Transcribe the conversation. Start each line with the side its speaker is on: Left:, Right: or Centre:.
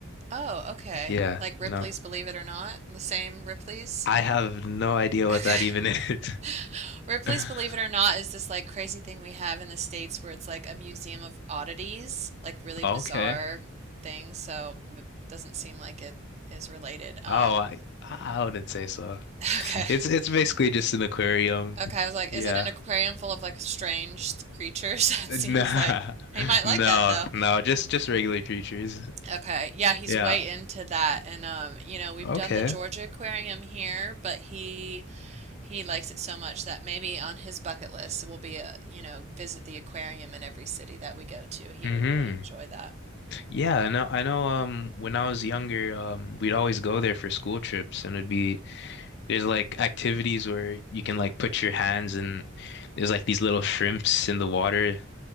Right: Oh, okay.
Left: Yeah,
Right: Like Ripley's
Left: no,
Right: Believe It or Not? The same Ripley's?
Left: I have no idea what
Right: Okay.
Left: that even is.
Right: <laughs> Ripley's
Left: <laughs>
Right: Believe It or Not is this like crazy thing we have in the States where it's like a museum of oddities, like really
Left: Okay.
Right: bizarre things. So, but doesn't seem like it is related. Um,
Left: Oh, I I wouldn't say so.
Right: Okay.
Left: It's it's basically just an aquarium.
Right: Okay, I was like,
Left: Yeah.
Right: is it an aquarium full of like strange creatures? <laughs> That
Left: Nah.
Right: seems like he might
Left: <laughs> No,
Right: like that though.
Left: no, just just regular creatures.
Right: Okay. Yeah, he's
Left: Yeah.
Right: way into that and um, you know, we've
Left: Okay.
Right: done the Georgia Aquarium here, but he he likes it so much that maybe on his bucket list will be a, you know, visit the aquarium in every city that we go to. He
Left: hmm
Right: would really enjoy that.
Left: Yeah, I know I know um when I was younger, um we'd always go there for school trips and it'd be There's like activities where you can like put your hands and there's like these little shrimps in the water